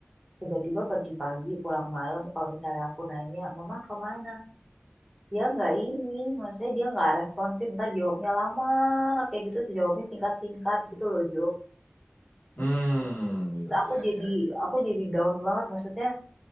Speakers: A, in the centre; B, on the left.
A: tiba-tiba pergi pagi pulang malam kalau misalnya aku nanya mama kemana dia nggak ini maksudnya dia nggak responsif ntar jawabnya lama kayak gitu terus jawabnya singkat-singkat gitu loh Jo
B: Hmm. Gitu,
A: Terus aku
B: Ya,
A: jadi
B: ya, ya.
A: aku jadi down banget maksudnya